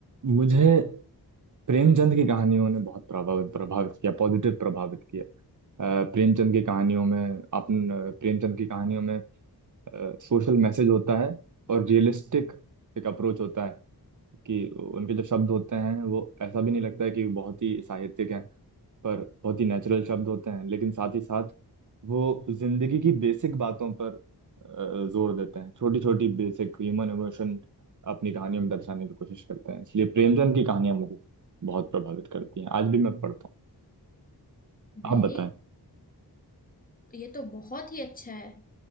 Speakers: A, on the right; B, on the left.
A: मुझे प्रेमचंद की कहानियों ने बहुत प्रभावित प्रभावित किया पॉजिटिव प्रभावित किया अ, प्रेमचंद की कहानियों में आप प्रेमचंद की कहानियों में सोशल मैसेज होता है और रियलिस्टिक एक अप्रोच होता है कि उनके जो शब्द होते हैं वो ऐसा भी नहीं लगता है कि बहुत ही साहित्यिक हैं पर बहुत ही नेचुरल शब्द होते हैं लेकिन साथ ही साथ वो जिंदगी की बेसिक बातों पर अ, जोर देते हैं छोटी छोटी बेसिक ह्यूमन इमोशन अपनी कहानियों में दर्शाने की कोशिश करते हैं इसलिए प्रेमचंद की कहानियां मुझे बहुत प्रभावित करती हैं आज भी मैं पढ़ता हूँ
B: वेरी
A: आप बताएं
B: ये तो बहुत ही अच्छा है